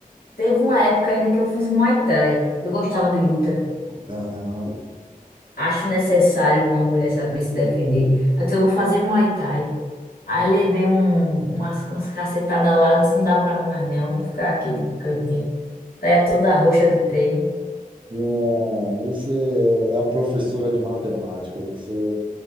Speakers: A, on the left; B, on the right.
A: Teve uma época ainda que eu fiz Muay Thai. Eu gostava de luta.
B: não.
A: Acho necessário uma mulher saber se defender. Então eu vou fazer Muay Thai. Aí levei um, umas, umas cacetadas lá, disse, não dá pra mim mais não, vou ficar aqui no cantinho. Saia toda roxa do treino.
B: Não, Você é a professora de matemática, você